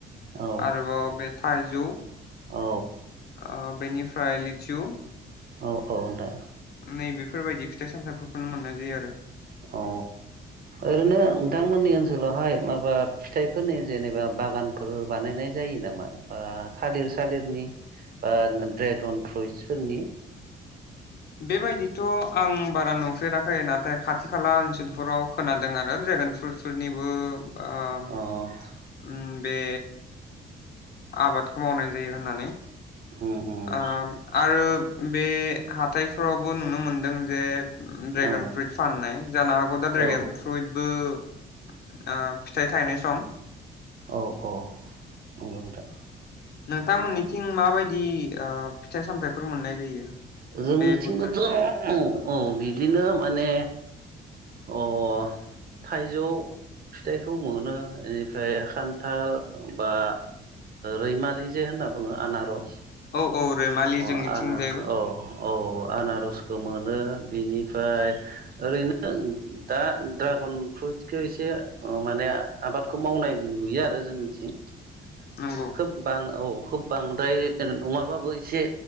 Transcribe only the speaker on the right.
औ
औ
औ औ नोंथां
अ ओरैनो नोंथांमोननि ओनसोलावहाय माबा फिथाइफोरनि जेनेबा बागानफोर बानायनाय जायो नामा बा थालिर-सालिरनि बा ड्रेगन फ्रुइटसफोरनि?
अ
उम उम
औ
औ
औ औ नंगौ नोंथां
जोंनिथिंबोथ
अह अह औ बिदिनो माने अ थाइजौ फिथाइखौ मोनो इनिफ्राय खान्थाल बा रैमालि जे होनना बुङो आनारस
अ
आना औ औ आनारसखौ मो नो बिनिफ्राय ओरैनो दा ड्रागन फ्रुइटखौ एसे माने आबादखौ मावनाय नुयो आरो जोंनिथिं ।
खोब बां औ खुब बांद्राय नङाबाबो एसे